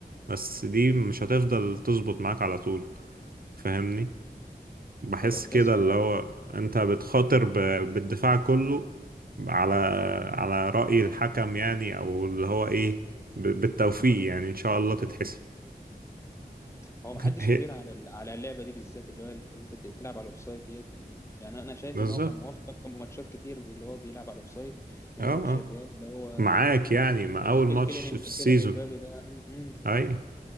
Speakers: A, on the right (about 60°); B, on the left (about 15°).
A: بس دي مش هتفضل تظبط معاك على طول فاهمني بحس
B: هي مجازفه
A: كده اللي هو انت بتخاطر ب... بالدفاع كله على على رأي الحكم يعني او اللي هو ايه ب... بالتوفيق يعني ان شاء الله تتحسب
B: هو
A: <laughs>
B: ما حدش
A: هي-
B: كبير على ال- على اللعبه دي بالذات اللي هو ال- انت ت- تلعب على الاوفسايد ديت يعني انا شايف
A: بالظبط
B: ان هو كان موفق في ماتشات كتير اللي هو بيلعب على الاوفسايد منها
A: اه
B: ماتش
A: اه
B: الريال اللي هو
A: معاك يعني مع
B: ك-
A: اول ماتش
B: ك-
A: في السيزون
B: كيليان امبابي ده م- م.
A: اي